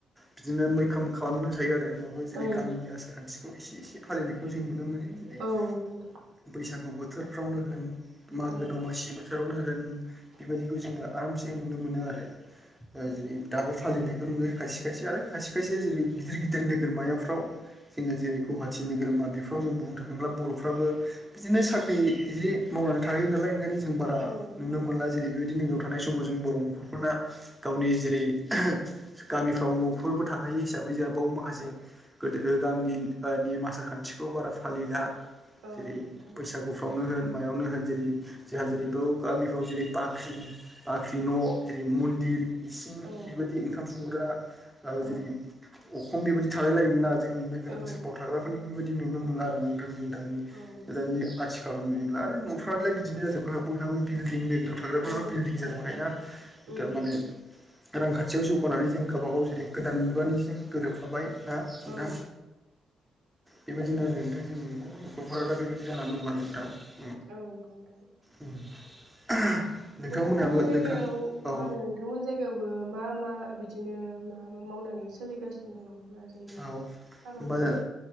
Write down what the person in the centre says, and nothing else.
बिदिनो मैखोम खालामनानै थायो आरो। नुबाय जेर'
गामिनि आसार खान्थिखौ एसे एसे फालिनाय खौ जों नुनो मोनो जेरै'
बैसागु बोथोरफ्रावनो होन मागो
दमासि बोथोरावनो होन बेबायदि खौ जोङो आरामसे नुनो मोनो आरो। ओ
जैरै' दाबो फालिनायखौ नुयो खायसे खायसे आरो खायसे खायसे जेरै गिदिर गिदिर नोगोरमायाफ्राव जोङो जेरै गुवाहाटी निग्रोरोमा बेफोराव बुंनो थाङोब्ला बर'फ्राबो बिदिनो साख्रि मावनानै थायो नालाय ओंखायनो जों बारा
नुनो मोनला जेरै बिदि नोगआव थानाय समाव जों बर' न'खरफोराना गावनि जेरै गामिफ्राव न'फोरबो थाखायो हिसाबै जोंहा बाव माखासे गोदोओ गामिनि नि आसार खान्थि खौ बारा फालिला।
जेरै'
बैसागुफ्रावनो होन मायावनो होन जेरै' जोंहा जेरै'बयाव गामिफ्राव जेरै बा बाख्रि बाख्रि न' जेरै' मन्दिर इसिं
बेबायदि ओंखाम संग्रा आ
जेरै अखं बेबायाददि थालाय लायोमोन ना जोंनि
<unintelligible> थाग्राफोरनि बेबाय नुनो मोनो आरो नोंथां थांनि
गोदानि
आथिखालाव निब्ला आरो न'फ्र्राालाय बिदिनो जाजोब बयहाबो बिलदिं थाग्राफोराबो
बिल्डिं जाजोबय ना
थारमाने रांखान्थियाव जौगानानै जों गावबा गाव जेरै' गोदान मुगानिजों गोरोबफाबाय ना नोंथां।
बेबायदिनो आरो नोंथां जोंनि न'खरफोरा दा बेबायदि जानानै दं आरो नोंथां।
उम <unintelligible> नोंथांमोनहाबो
नोंथां औ
औ
बायो